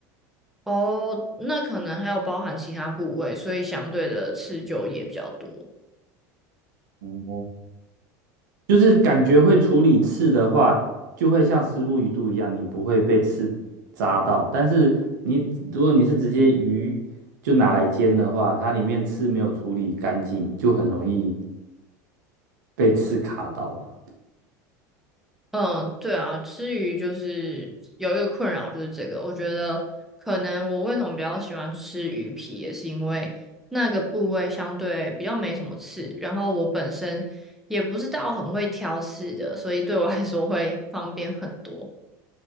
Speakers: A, in the centre; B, on the right.
A: 哦，那可能还有包含其他部位，所以相对的刺就也比较多。
B: 哦就是感觉会处理刺的话，就会像虱目鱼肚一样，你不会被刺扎到。但是你如果你是直接鱼就拿来煎的话，它里面刺没有处理干净，就很容易被刺卡到。
A: 嗯，对啊，吃鱼就是有一个困扰，就是这个。我觉得可能我为什么比较喜欢吃鱼皮，也是因为那个部位相对比较没什么刺，然后我本身也不是到很会挑刺的，所以对我来说会方便很多。